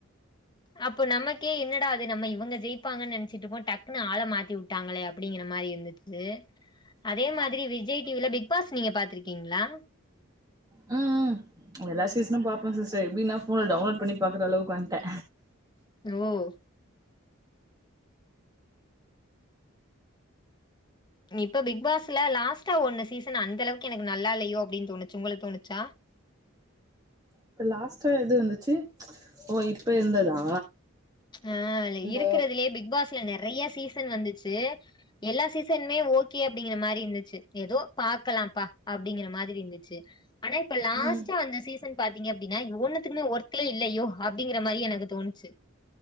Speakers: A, on the left; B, on the right.
A: அப்ப நமக்கே என்னடா இது நம்ம இவுங்க ஜெயிப்பாங்கன் நெனச்சுட்டு இருப்போ டக்குனு ஆள மாத்திவுட்டாங்களே அப்டிங்கிற மாரி இருந்துச்சு அதே மாதிரி விஜய் டி வி ல பிக் பாஸ் நீங்க பாத்துருக்கீங்களா
B: ம் ம் எல்லா சீசனு பாப்பே சிஸ்டர் எப்டினா ஃபோன்ல டவுன்லோட் பண்ணி பாக்குற அளவுக்கு வன்ட
A: ஓ இப்ப பிக் பாசுல லாஸ்ட்டா ஒன்னு சீசன் அந்தளவுக்கு எனக்கு நல்லால்லயோ அப்டின் தோணுச்சு உங்களுக்கு தோணுச்சா
B: இப்ப லாஸ்டா எது வந்துச்சு ஓ இப்ப இருந்ததா
A: ஆஹ் அதுல
B: இந்த
A: இருக்குறதுலே பிக் பாஸ்ல நெற றையா சீசன் வந்துச்சு எல்லா சீசனுமே ஓகே அப்டிங்கிற மாரி இருந்துச்சு எதோ பாக்கலாம்ப்பா அப்டிங்கிற மாதிரி இருந்துச்சு ஆனா இப்ப லாஸ்ட்டா
B: ம்
A: அந்த சீசன் பார்த்தீங்க அப்டினா இது ஒன்னத்துக்குமே ஒர்த்தே இல்லயோ அப்டிங்கிற மாரி எனக்கு தோணுச்சு